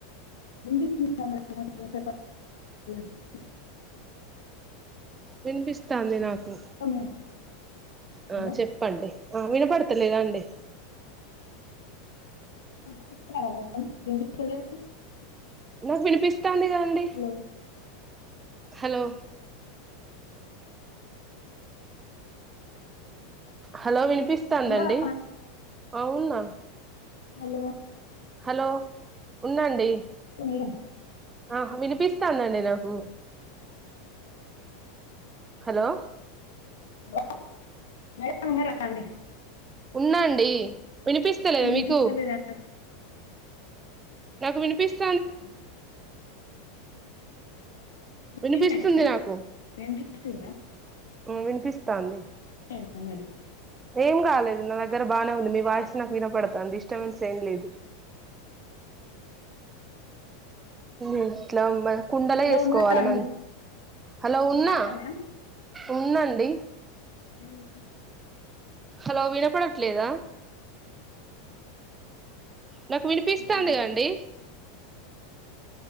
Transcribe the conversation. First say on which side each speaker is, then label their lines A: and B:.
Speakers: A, on the left (about 80°); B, on the right (about 20°).
A: విన్పిస్తుందా మేడమ్ <inaudible>
B: విన్పిస్తాంది నాకు
A: మేడం హలో
B: ఆ చెప్పండి ఆ వినపడతలేదా అండి
A: <unintelligible>
B: నాకు వినిపిస్తాంది గద అండి
A: హలో
B: హలో హలో వినిపిస్తాందండి
A: ఉన్నారా
B: అవుంన
A: హలో
B: హలో ఉన్నాండి
A: మేడం
B: ఆ వినిపిస్తాందండి నాకు హలో
A: హలో మేడం ఉన్నారండి
B: ఉన్నాండి వినిపిస్తలేదా
A: వినిపిస్తలేదా
B: మీకు నాకు వినిపిస్త
A: హలో
B: వినిపిస్తుంది
A: ఏమైంది
B: నాకు
A: మేడం వినిపిస్తుందా
B: ఓ వినిపిస్తాంది
A: అ మేడం <unintelligible>
B: ఏం కాలేదు నా దగ్గర బాగానే ఉంది మీ వాయిస్ నాకు వినపడతాంది డిస్టబిన్స్ ఏం లేదు ఎట్లా బ కుండలే
A: హలో
B: వేసుకోవాలి
A: ఉన్నారా అండి
B: మ హలో ఉన్నా
A: ఉన్నారా మేడం
B: ఉందండి
A: హలో
B: హలో వినపడట్లేద నాకు వినిపిస్తది
A: hello madam
B: కండి